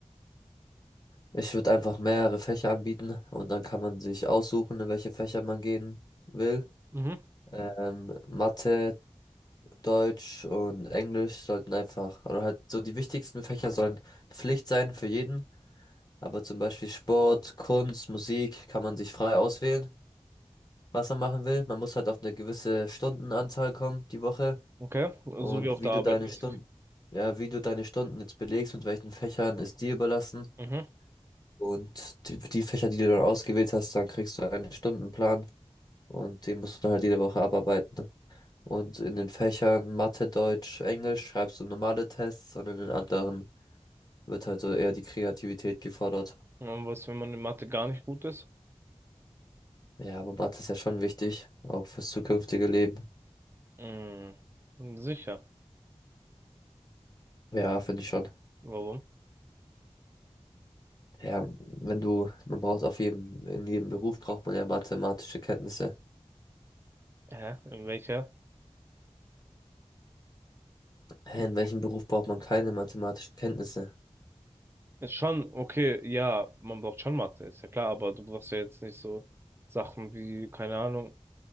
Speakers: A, on the left; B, on the right.
A: Ich würde einfach mehrere Fächer anbieten und dann kann man sich aussuchen, in welche Fächer man gehen will.
B: Mhm.
A: Ähm, Mathe, Deutsch und Englisch sollten einfach, oder halt so die wichtigsten Fächer sollen Pflicht sein für jeden. Aber zum Beispiel Sport, Kunst, Musik kann man sich frei auswählen, was man machen will. Man muss halt auf eine gewisse Stundenanzahl kommen die Woche.
B: Okay, so
A: Und
B: wie auf
A: wie
B: der
A: du
B: Arbeit
A: deine
B: mäßig.
A: cool. Stunden, ja, wie du deine Stunden jetzt belegst und welchen Fächern ist dir überlassen.
B: Mhm.
A: Und die, die Fächer, die du dann ausgewählt hast, dann kriegst du einen Stundenplan und den musst du dann halt jede Woche abarbeiten. ne? Und in den Fächern Mathe, Deutsch, Englisch schreibst du normale Tests und in den anderen wird halt so eher die Kreativität gefordert.
B: Und was, wenn man in Mathe gar nicht gut ist?
A: Ja, aber Mathe ist ja schon wichtig, auch fürs zukünftige Leben.
B: Mhm. Sicher.
A: Ja, finde ich schon.
B: Warum?
A: Ja, wenn du, man braucht auf jedem, in jedem Beruf braucht man ja mathematische Kenntnisse.
B: Hä? In welcher?
A: Hä, in welchem Beruf braucht man keine mathematischen Kenntnisse?
B: Ist schon, okay, ja, man braucht schon Mathe, ist ja klar, aber du brauchst ja jetzt nicht so Sachen wie, keine Ahnung,